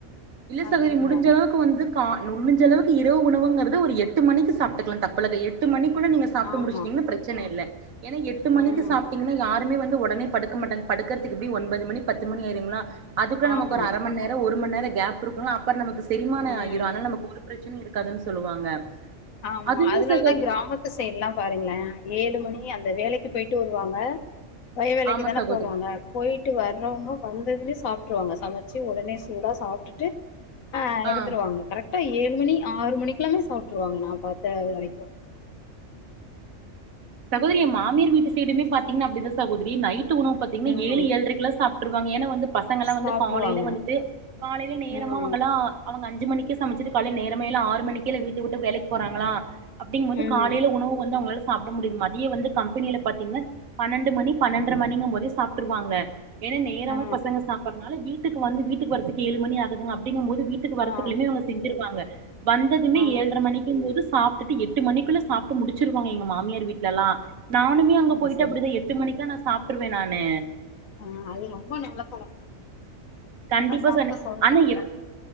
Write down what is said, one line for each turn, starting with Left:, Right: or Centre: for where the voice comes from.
Right: இல்ல
Left: அப்படிங்றாங்க
Right: சகோதரி முடிஞ்ச அளவுக்கு வந்து கா நுணுஞ்சளவுக்கு இரவு உணவுங்கறது ஒரு எட்டு மணிக்கு சாப்டுக்கலா தப்பில்லகா எட் ட்டு மணிக்குள்ள நீங்க சாப்ட்டு
Left: ஆமா
Right: முடிச்சிட்டிங்னா பிரச்சன இல்ல என எட்டு மணிக்கு
Left: ம்
Right: சாப் டிங்ன்னா யாருமே வந்து ஒடனே படுக்க மாட்டாங்க படுக்கறதுக்கு எப்படியு ஒன்பது மணி பத்து மணி ஆயிருங்களா அதுக்கு நமக்கு
Left: ஆமா
Right: ஒரு அர மண் நேரோ ஒரு மண் நேரோ கேப் இருக்கணு அப்பறோ நமக்கு செரிமான
Left: ம்
Right: ஆயிரு அதனால நமக்கு ஒரு பிரச்சனி இருக்காதுன்னு சொல்லுவாங்க
Left: ஆமா
Right: அதுவுமே
Left: அதனாலதா
Right: சகோதரி
Left: கிராமத்து சைடுலலா பாருங்களே ஏழு மணி அந்த வேலைக்கு போயிட்டு வருவாங்க வய வேலைக்கு
Right: ஆமா
Left: தான
Right: சகோதரி
Left: போவாங்க போயிட்டு வர்றவங்க வந்ததுலே சாப்டுருவாங்க சமச்சு உடனே சூடா சாப்ட்டுட்டு அ இருந்துருவாங்க
Right: ஆ
Left: கரெக்டா ஏழு மணி ஆறு மணிக்குலாமே சாப்டுருவாங்க நா பாத்த வரைக்கு
Right: சகோதரி எ மாமியார் வீட்டு சைடுமே பாத்திங்ன்னா அப்படிதா சகோதரி நைட்டு உணவு பாத்திங்கன்னா
Left: ம்
Right: ஏழு ஏழ்ரைக்குலா சாப் ட்டுருவாங்க ஏன்னா வந்து பசங்கலா வந்து
Left: சாப்ட்ருவாங்க
Right: காலையில வந்துட்டு காலையில நேரமா
Left: ம்
Right: அவங்கல்லா அவங்க அஞ்சு மணிக்கு சமச்சுட்டு காலை நேரமேல ஆறு மணிக்கே எல்லா வீட்ட விட்டு வேலைக்கு போறாங்களா அப்டிங்கு போது
Left: ம்
Right: காலையில உணவு வந்து அவங்களால <inaudible> மதியோ வந்து கம்பெனியில பாத்திங்கன்னா பன்னண்டு மணி பன்னண்ர மணிங்கு போதே சாப்புட்டுருவாங்க ஏன்னா நேரமா
Left: ஆ
Right: பசங்க சாப்படுறனால வீட்டுக்கு வந்து வீட்டுக்கு வரத்துக்கு ஏழு மணி ஆகுதுங்க அப்டிங்கு போது வீட் டுக்கு வரத்துக்குள்ளயுமே
Left: ஆ
Right: இவங்க செஞ்சிருவாங்க வந்ததுமே
Left: ஆ
Right: ஏழ்ர மணி க்கு போது சாப்டுட்டு எட்டு மணிக்குள்ள சாப்ட்டு முடிச்சிருவாங்க எங்க மாமியார் வீட்லெல்லா நானுமே அங்க
Left: அது
Right: போயிட்டு
Left: சரி
Right: அப்படிதா எட்டு மணிக்குலா நா சாப்டுவே நானு
Left: ஆ அது ரொம்ப நல்ல பழக்கோ
Right: கண்டிப்பா
Left: அதா சாப்ட
Right: சொன்ன
Left: சொல்றாங்க
Right: அனா எப்